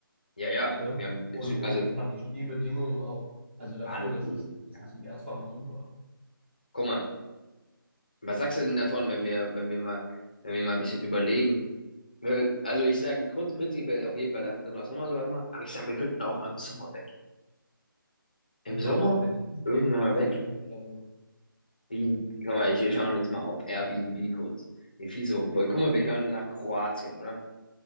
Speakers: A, on the left (about 25°); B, on the right (about 30°).
A: Ja, ja,
B: Ne?
A: wir haben,
B: Und, und
A: also,
B: ich fand die Schneebedingungen auch, also dafür,
A: waren okay.
B: dass es, dass
A: Ja.
B: es im März war, war super.
A: Guck mal, was sagst du denn davon, wenn wir, wenn wir mal, wenn wir mal ein bisschen überlegen? Wir- Also, ich sage grund- prinzipiell auf jeden Fall, lass, lass nochmal sowas machen, aber ich sage, wir könnten auch mal im Sommer weg. Im
B: Im Sommer
A: Sommer,
B: bin ich Liebling
A: irgendwann mal
B: auf
A: weg.
B: jeden Fall dabei.
A: Wie, guck mal, ich, wir schauen jetzt mal auf Airbnb kurz. Wie viel so, weil, guck mal, wir schauen nach Kroatien, oder?